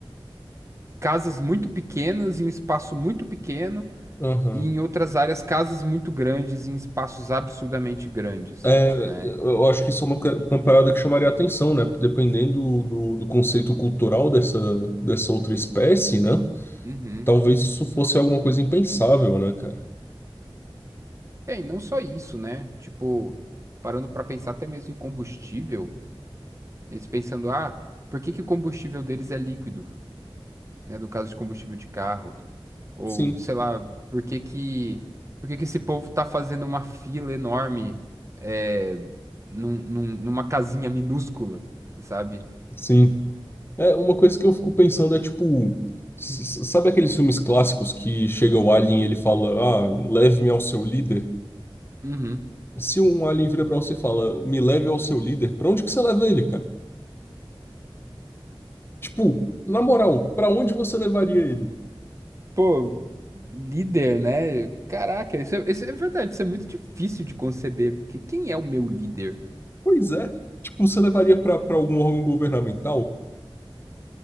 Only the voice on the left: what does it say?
Aham.
É, eu
eu acho que isso é uma, co- uma parada que chamaria atenção, né? Dependendo do, do conceito cultural dessa, dessa outra espécie, né?
Talvez isso fosse alguma coisa impensável, né, cara?
Sim,
sim. É, uma coisa que eu fico pensando é tipo. s- s- Sabe aqueles filmes clássicos que chega o alien e ele fala: Ah, leve-me ao seu líder?
Se um alien vira pra você e fala: Me leve ao seu líder, pra onde que você leva ele, cara? Tipo, na moral, pra onde você levaria ele?
Pois é. Tipo, você levaria pra pra algum órgão governamental?